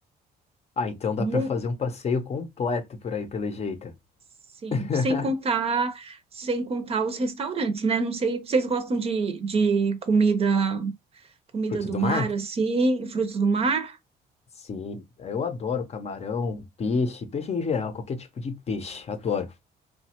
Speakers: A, on the left; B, on the right.
A: Ah, então dá
B: Mu-
A: pra fazer um passeio completo por aí, pelo jeito.
B: Sim,
A: <laughs>
B: sem contar, sem contar os restaurantes, né? Não sei, vocês gostam de, de comida, comida
A: Frutos
B: do
A: do
B: mar,
A: mar?
B: assim, frutos do mar?
A: Sim, eu adoro camarão, peixe, peixe em geral, qualquer tipo de peixe, adoro.